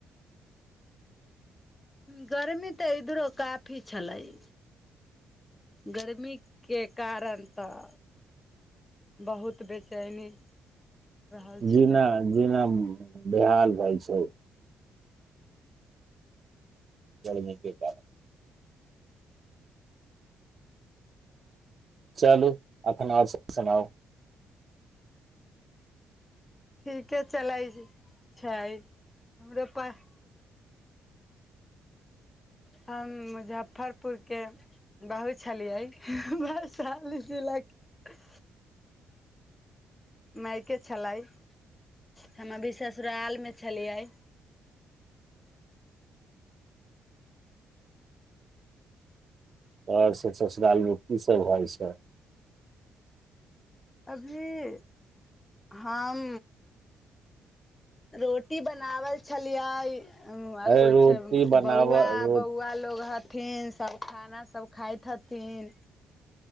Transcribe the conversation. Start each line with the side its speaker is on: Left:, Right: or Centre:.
Left: गर्मी तऽ इधरो काफी छलैय। गर्मीके कारण तऽ बहुत बेचैनी। रहल
Right: जेना
Left: छलै
Right: जेना। बेहाल भ छै। गर्मी के कारण। चलू एखन आरसँ सुनाउ।
Left: ठीके चलै छै हमरो पास। हम मुजफ्फरपुरके बाहू छलियै वैशाली जिलाके। मायके छलै हम अभी ससुराल मे छलियै।
Right: आओर ससुरालमे कीसभ भइ छै।
Left: अभी हम रोटी बनावल छलियए। आ
Right: अरे
Left: कोईछ
Right: रोटी बनाब
Left: बौआ
Right: रो
Left: बौआ लोग ह। फेन सभ खाना सब खाइत हथिन।